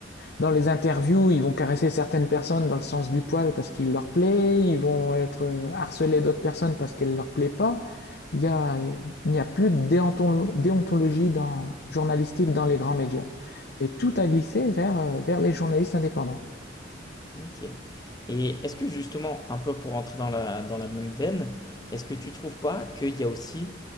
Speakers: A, on the left (about 60°); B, on the left (about 20°).
A: Dans les interviews, ils vont caresser certaines personnes dans le sens du poil parce qu'il leur plaît, ils vont être harcelés d'autres personnes parce qu'elles ne leur plaît pas. Il y a, il n'y a plus de déontologie dans, journalistique dans les grands médias. Et tout a glissé vers, euh, vers les journalistes indépendants.
B: OK. Et est-ce que justement, un peu pour entrer dans la, dans la même veine, est-ce que tu trouves pas qu'il y a aussi